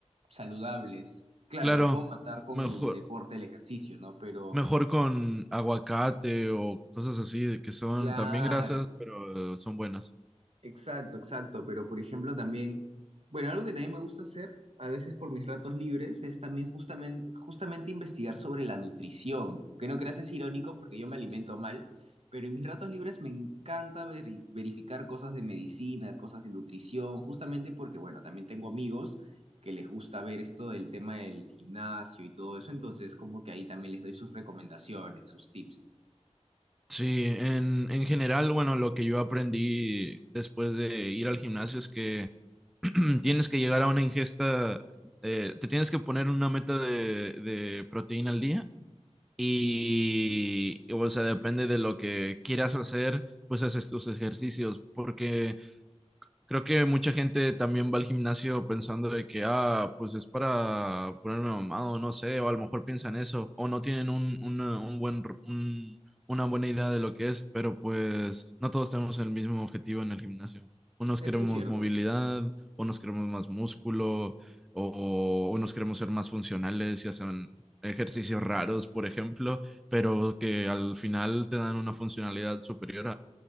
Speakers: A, on the right; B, in the centre.
A: saludables. Claro,
B: Claro,
A: lo puedo matar con
B: mejor.
A: el deporte, el ejercicio, ¿no? Pero,
B: Mejor con aguacate o cosas así, de que son
A: claro,
B: también grasas, pero eh, son buenas.
A: Exacto, exacto, pero por ejemplo también, bueno, algo que también me gusta hacer a veces por mis ratos libres es también justamente, justamente investigar sobre la nutrición, que no creas es irónico porque yo me alimento mal, pero en mis ratos libres me encanta veri- verificar cosas de medicina, cosas de nutrición, justamente porque, bueno, también tengo amigos que les gusta ver esto del tema del gimnasio y todo eso, entonces como que ahí también les doy sus recomendaciones, sus tips.
B: Sí, en, en general, bueno, lo que yo aprendí después de ir al gimnasio es que <clears throat> tienes que llegar a una ingesta, eh, te tienes que poner una meta de, de proteína al día y, o sea, depende de lo que quieras hacer, pues haces tus ejercicios, porque Creo que mucha gente también va al gimnasio pensando de que, ah, pues es para ponerme mamado, no sé, o a lo mejor piensan eso, o no tienen un, una, un buen, r- un- una buena idea de lo que es, pero pues no todos tenemos el mismo objetivo en el gimnasio. Unos
A: Eso
B: queremos
A: es cierto.
B: movilidad, unos queremos más músculo, o unos queremos ser más funcionales y hacen ejercicios raros, por ejemplo, pero que al final te dan una funcionalidad superior